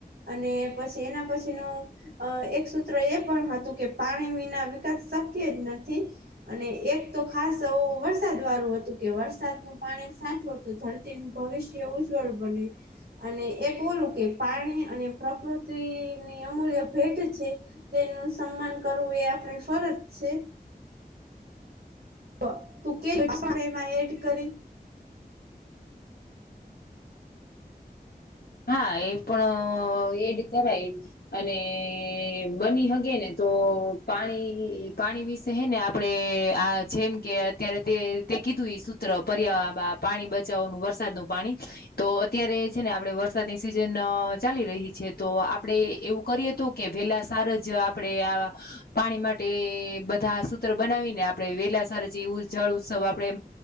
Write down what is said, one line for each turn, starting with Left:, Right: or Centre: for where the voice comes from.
Right: અને પછી એના પછી નું. અ એક સૂત્ર એ પણ હતું કે, પાણી વિના વિકાસ શક્ય જ નથી. અને એક. તો ખાસ ઓ વરસાદ વાળું હતું કે વરસાદ નું પાણી સાચવું તો ધરતી ભવિષ્ય ઉજવળ બને. અને એક ઓલું કે પાણી અને પ્રકૃતિની અમૂલ્ય ભેટ છે. તેનું સન્માન કરવું એ આપડે ફરજ છે. તો તું કે <unintelligible> માં એડ કરી.
Left: હા! એ પણ એડ કરાય. અને બની હગે ને તો, પાણી પાણી વિશે હે ને પડે આ જેમ કે અત્યારે તે તે કીધું ઈ સૂત્ર પર્યા બાપ. પાણી બચાવાનું વરસાદ નું પાણી તો અત્યારે છે ને આપડે વરસ વરસાદની સિઝન ચાલી રહી છે તો આપડે એવું કરીએ. તો કે વહેલા સાર જ આપડે આ પાણી માટે બધા સૂત્ર બનાવીને, આપડે વેલા સારા જેવું જળ ઉત્સવ આપડે એ.